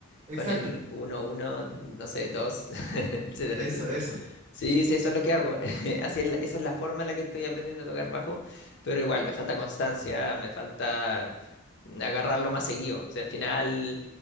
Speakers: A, on the right; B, on the left.
A: Exacto,
B: con el uno uno, no sé, 2, <laughs> etcétera,
A: eso,
B: etcétera.
A: eso.
B: Sí, sí, eso es lo que hago. <laughs> Así es la- esa es la forma en la que estoy aprendiendo a tocar bajo, pero igual me falta constancia, me falta agarrarlo más seguido. O sea, al final,